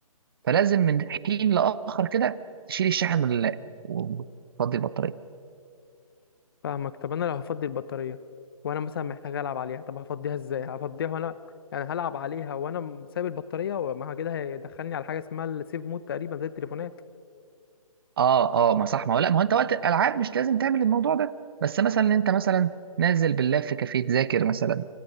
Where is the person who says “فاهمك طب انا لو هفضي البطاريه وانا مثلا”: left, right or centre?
Left